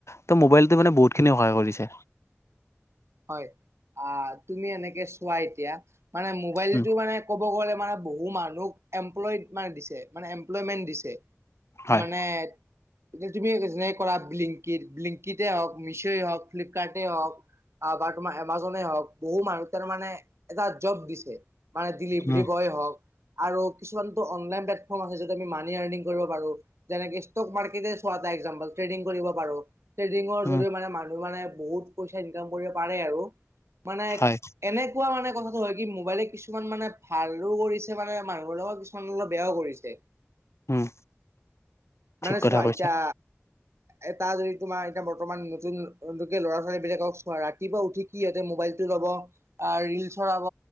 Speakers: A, on the left (about 80°); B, on the right (about 75°).
A: ত মোবাইলটো মানে বহ। বহুত খিনি সহায় কৰিছে।
B: হয় আহ তুমি এনেকে চোৱা এতিয়া মানে মোবাইলতটো
A: উম
B: মানে ক'ব গ'লে। মানে বহু মানুহক এমপ্লয় মানে দিছে মানে এমপ্লয়মেন্ট দিছে।
A: হয়
B: মানে। কোচ ভি বিজনে কৰা বিলিংকেট বিলিংকেট হওঁক মিছয় হওঁক ফ্লিপকাৰ্টেই হওঁক। বা তোমাৰ এমাজনে হওঁক বহু মানুহ তোমাৰ মানে এটা জব দিছে। মানে ডিলিভাৰী
A: উম
B: বয়ে হওঁক আৰু কিছুমানতো অনলাইন প্লেটফৰ্ম আছে য'ত। যেনে মানি আৰনিগ কৰিব পাৰো, যেনে ষ্টক মাৰ্কেট চোৱা এটা এক জামপল ট্ৰেডিং কৰিব পাৰো, ট্ৰেডিং
A: উম,
B: জৰিয়ে মানুহ মানে বহুত পইচা ইনকাম কৰিব পাৰে আৰু মানে
A: হয়,
B: এনেকুৱা কথা টো হয় কি মোবাইলে কিছু। কিছুমান মানে ভালো কৰিছে মানে মানুহৰ লগত কিছুমান অলপ বেয়াও কৰিছে।
A: উম,
B: মানে
A: ঠিক কথা
B: চোৱা
A: কৈছা।
B: এতিয়া এটা যদি তোমাৰ এতিয়া বৰ্তমান। লোকে ল'ৰা ছোৱালী বিলাকক। ৰাতিপুৱা উঠি সিহঁতে মোবাইলতটো ল'ব ৰিল চৰাব